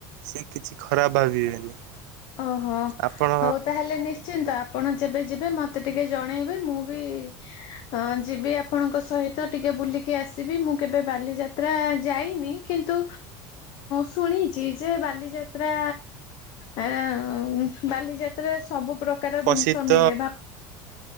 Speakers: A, on the right; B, on the left.
A: ସେ କିଛି ଖରାପ ଭାବିବେନି।
B: ଓହୋ
A: ଆପଣ
B: ହଉ ତାହେଲେ ନିଶ୍ଚିନ୍ତ। ଆପଣ ଯେବେ ଯିବେ ମତେ ଟିକେ ଜଣେଇବେ ମୁଁ ବି ଅ ଯିବି ଆପଣଙ୍କ ସହିତ ଟିକେ ବୁଲିକି ଆସିବି ମୁଁ କେବେ ବାଲିଯା ତ୍ରା ଯାଇନି କିନ୍ତୁ ଶୁଣିଛି ଯେ ବାଲିଯାତ୍ରା ଆଁ ବାଲିଯାତ୍ରାରେ ସବୁପ୍ରକାର
A: ପ୍ରସିଦ୍ଧ
B: ଜିନିଷ ମିଳେ। ବା